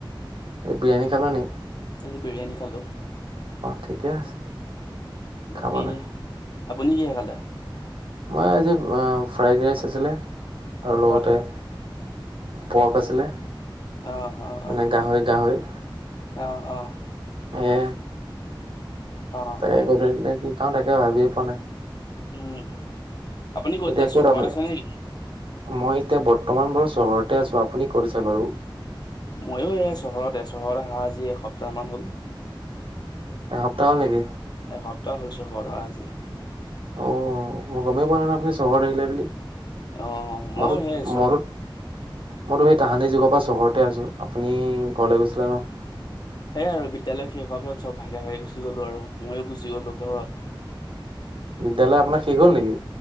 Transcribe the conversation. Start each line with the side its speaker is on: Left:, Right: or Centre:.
Right: আৰু বিৰিয়ানী খলানি
Left: আজি বিৰিয়ানী খালো
Right: ঠিকে আছে খাব
Left: বাকী।
Right: লাগে।
Left: আপুনি কিহে খালে-
Right: মই আজি ফ্ৰাইড ৰাইচ আছিলে। আৰু লগতে-
Left: হয়
Right: পৰ্ক আছিলে।
Left: অ অ
Right: মানে
Left: অ
Right: গাহৰি গাহৰি
Left: অ অ
Right: এ
Left: অ
Right: তাকে
Left: অ
Right: গধুলি টাইমত কি খাওঁ তাকে ভাবিয়ে পোৱা নাই।
Left: উম উম আপুনি
Right: এতিয়া ক'ত
Left: চহৰত
Right: আপাই
Left: আছে নেকি
Right: মই এতিয়া বৰ্তমান বাৰু চহৰতে আছো আপুনি ক'ত আছে। বাৰু
Left: ময়ো এয়া চহতে চহৰত অহা আজি এসপ্তাহ মান হ'ল।
Right: এসপ্তাহ হ'ল নেকি?
Left: এসপ্তাহ হ'লছোঁ সৰ আজি।
Right: অ মই গমেই পোৱা নাই নাই আপুনি চহৰত আহিলে বুলি।
Left: অ ময়ো
Right: মোৰত
Left: সেই চ
Right: মোৰ মইতো সেই তাহানি যুগৰ পৰা চহৰতে আছোঁ। আপুনি ঘৰলৈ গৈছিলে ন
Left: সেইয়াই আৰু বিদ্যালয় শেষ হোৱাৰ পিছত চব ভাগে ভাগে গুচি গ'লো আৰু ময়ো গুচি গ'লো ঘৰত
Right: বিদয়ালয় আপাৰ শেষ হ'ল নেকি?